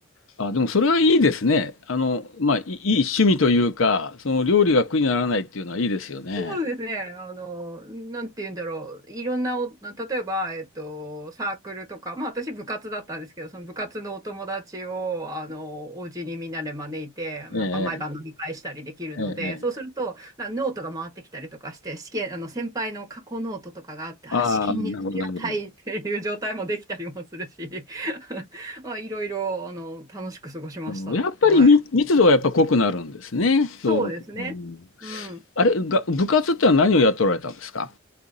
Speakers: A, on the left (about 70°); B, on the right (about 15°).
A: あ、でも、それはいいですね。あの、まあ、いい、いい趣味というか、その料理が苦にならないっていうのはいいですよね。
B: そうですね。あの、なんて言うんだろう。いろんなお、例えば、えっと、サークルとか、まあ私部活だったんですけど、その部活のお友達を、あの、お家にみんなで招いて、なんか毎晩飲み会したりできるので、
A: ええ、ええ、ええ。
B: そうすると、なノートが回ってきたりとかして、試験、あの、先輩の過去ノートとかがあって、
A: ああ、
B: あ、試験にありがたいっていう状態もできたりもするし、
A: なるほど、なるほど。
B: <laughs> まあいろいろ、あの、楽しく過ごしました。
A: うんやっぱり密密度がやっぱ濃くなるんですね。
B: はい。そうですね。
A: そう。うん
B: うん。
A: あれ、が、部活ってのは何をやっておられたんですか